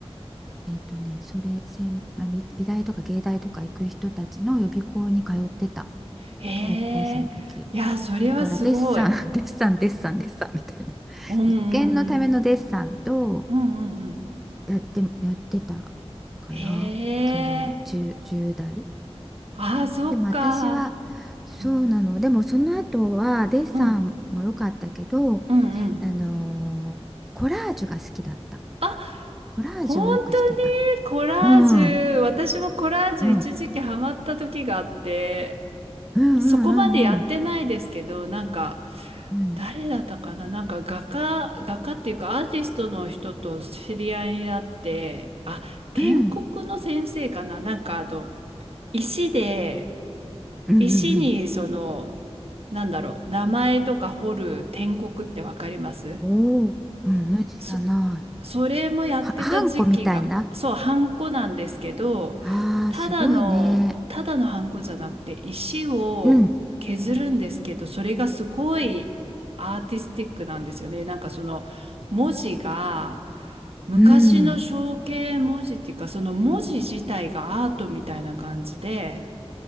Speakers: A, in the centre; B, on the right (about 65°).
A: えっとねそれ専、まあ、美美大とか芸大とか行く人たちの予備校に通ってた
B: へ
A: 高校生の時
B: え、いや、それはすごい。
A: だからデッサン <laughs> デッサンデッサンデッサンみたいな
B: うんうんうん。
A: 受験のためのデッサンと
B: うんうんうん。
A: やってやってたかなその10、
B: へえ、
A: 10代。
B: ああ、そっか。
A: でも私はそうなのでもその後はデッサンも良かったけど
B: うんうんうんうん。
A: あのーコラージュが好きだった
B: あ、
A: コラージュをよくしてた
B: 本当にコラージュ、
A: うんうん
B: 私もコラージュ一時期ハマった時があって、
A: うんうんうん
B: そこまでやってないですけど、なんか、
A: うん
B: 誰だったかななんか画家、画家っていうかアーティストの人と知り合いになって、あ、篆刻の先生かななんかあの、
A: うん
B: 石で、
A: うんう
B: 石にその、
A: ん
B: なんだろう、名前とか彫る篆刻ってわかります
A: うん。おおーうんうん知らない
B: そそれもやってた時期が、
A: はハンコみたいな
B: そう、ハンコなんですけど、
A: あーすごいね
B: ただの、ただのハンコじゃなくて、石を削るんですけど、
A: うん
B: それがすごいアーティスティックなんですよね。なんかその文字が、昔の象形文字っていうか、
A: うん
B: その文字自体がアートみたいな感じで、